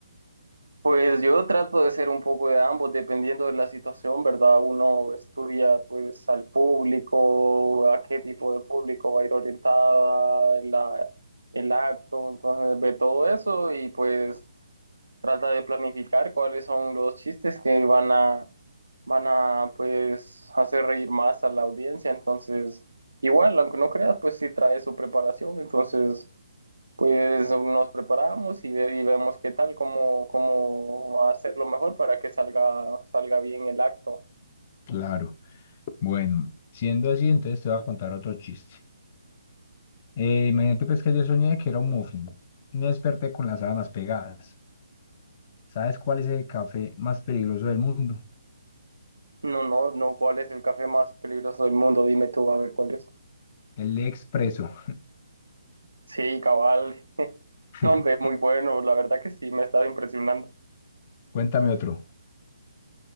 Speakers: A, on the right (about 85°); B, on the left (about 35°).
A: Pues yo trato de ser un poco de ambos, dependiendo de la situación, ¿verdad? Uno estudia pues al público, a qué tipo de público va a ir orientada en la, el acto, entonces ve todo eso y pues trata de planificar cuáles son los chistes que van a, van a pues hacer reír más a la audiencia, entonces igual, aunque no creas, pues sí trae su preparación, entonces... Pues nos preparamos y, ve- y vemos qué tal, cómo, cómo hacerlo mejor para que salga, salga bien el acto.
B: Claro. Bueno, siendo así, entonces te voy a contar otro chiste. Eh, imagínate pues que yo soñé que era un muffin y me desperté con las sábanas pegadas. ¿Sabes cuál es el café más peligroso del mundo?
A: No, no, no, ¿cuál es el café más peligroso del mundo? Dime tú, a ver cuál es.
B: El expreso.
A: Sí, cabal. <laughs>
B: <laughs>
A: No, hombre, es muy bueno, la verdad que sí, me está impresionando.
B: Cuéntame otro.